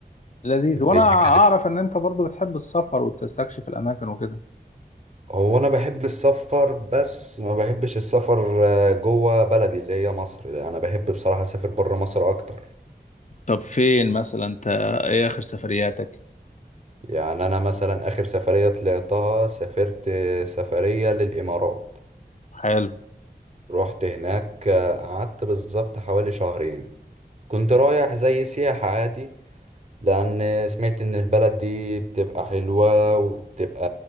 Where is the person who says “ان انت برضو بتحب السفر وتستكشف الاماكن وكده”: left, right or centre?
Left